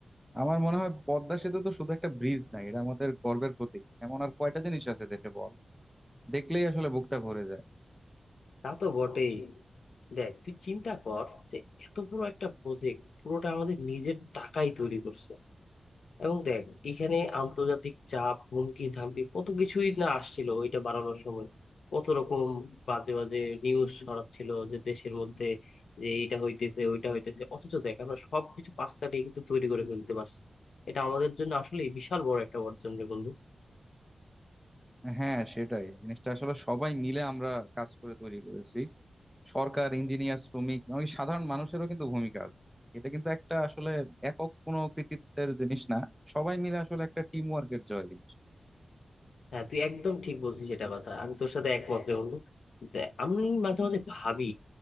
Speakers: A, in the centre; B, on the left.
A: আমার মনে হয় পদ্মা সেতু তো শুধু একটা ব্রিজ নাই এটা আমাদের গর্বের প্রতীক এমন আর কয়টা জিনিস আছে দেশে বল দেখলেই আসলে বুকটা ভরে যায়
B: তা তো বটেই দেখ তুই চিন্তা কর যে এত বড় একটা প্রজেক্ট পুরোটা আমাদের নিজের টাকাই তৈরি করছে এবং দেখ এখানে আন্তর্জাতিক চাপ হুমকি ধামকি কত কিছুই না আসছিল ওইটা বানানোর সময় কত রকম বাজে বাজে নিউজ ছড়াচ্ছিল যে দেশের মধ্যে যে এইটা হইতেছে ওইটা হইতেছে অথচ দেখ আমরা সবকিছু পাশ কাটিয়ে কিন্তু তৈরি করে ফেলতে পারছি এটা আমাদের জন্য আসলে বিশাল বড় একটা অর্জন রে বন্ধু
A: হ্যাঁ সেটাই জিনিসটা আসলে সবাই মিলে আমরা কাজ করে তৈরি করেছি সরকার ইঞ্জিনিয়ার শ্রমিক এমনকি সাধারণ মানুষেরও কিন্তু ভূমিকা আছে এটা কিন্তু একটা আসলে একক কোনো কৃতিত্বের জিনিস না সবাই মিলে আসলে একটা টিম ওয়ার্কের জয় জিনিস
B: হ্যাঁ তুই একদম ঠিক বলছিস এটা কথা আমি তোর সাথে একমত রে বন্ধু দেখ, আমি মাঝে মাঝে ভাবি